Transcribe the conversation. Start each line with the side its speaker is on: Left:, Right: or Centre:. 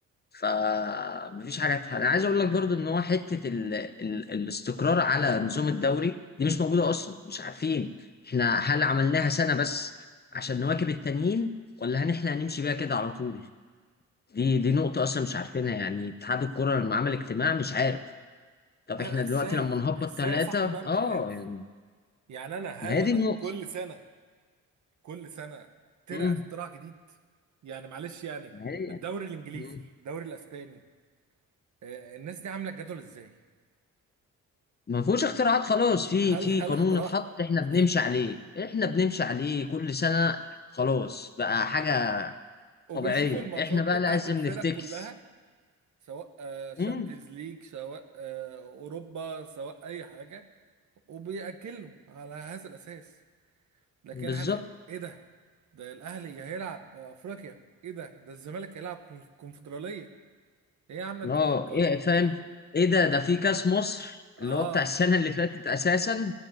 Left: فمفيش حاجه تح- انا عايز اقول لك برضو ان هو حته ال... ال... الاستقرار على نظام الدوري دي مش موجوده اصلا مش عارفين احنا هل عملناها سنه بس عشان نواكب التانيين ولا هن احنا هنمشي بيها كده على طول دي دي نقطه اصلا مش عارفينها يعني اتحاد الكره لما عمل اجتماع مش عارف طب
Right: ايوه
Left: احنا
Right: ازاي
Left: دلوقتي لما نهبط
Right: ازاي
Left: ثلاثه
Right: يا صاحبي بقى مش
Left: اه
Right: عارف
Left: يعني
Right: يعني انا هل
Left: ما هي
Right: انا
Left: دي النقطه
Right: كل سنة كل سنه اخترع
Left: امم
Right: اختراع جديد يعني معلش يعني
Left: ما هي
Right: الدوري الانجليزي
Left: مم.
Right: الدوري الاسباني آه، الناس دي عامله الجدول ازاي
Left: ما فيهوش اختراعات خلاص في
Right: هل
Left: في
Right: هل
Left: قانون
Right: اختراع
Left: اتحط
Right: <laughs>
Left: احنا
Right: بس
Left: بنمشي عليه احنا بنمشي عليه كل سنة خلاص بقى حاجة
Right: وبيشوفوا
Left: طبيعية
Right: الماتشات
Left: احنا بقى
Right: بتاعت
Left: لازم
Right: الفرق
Left: نفتكس
Right: كلها سواء شامبيونز
Left: امم
Right: ليج سواء آه، اوروبا سواء اي حاجه وبيأجلوا على هذا الأساس لكن
Left: بالظبط
Right: احنا ايه ده ده الأهلي هيلعب أفريقيا ايه ده ده الزمالك هيلعب كونف- كونفدرالية ايه يا عم انتوا
Left: اه
Right: عبط
Left: ايه
Right: ولا ايه
Left: فاهم
Right: انتوا
Left: ايه ده ده في كاس مصر
Right: اه
Left: اللي هو بتاع السنة اللي فاتت اساسا